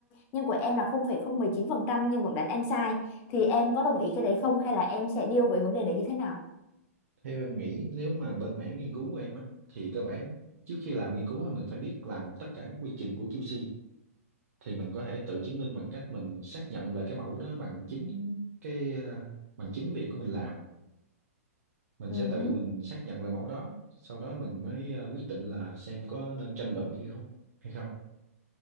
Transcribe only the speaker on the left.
nhưng của em là 0,019% nhưng vẫn đánh em sai thì em có đồng ý cái đấy không hay là em sẽ deal với vấn đề đấy như thế nào
Ừ
hứ,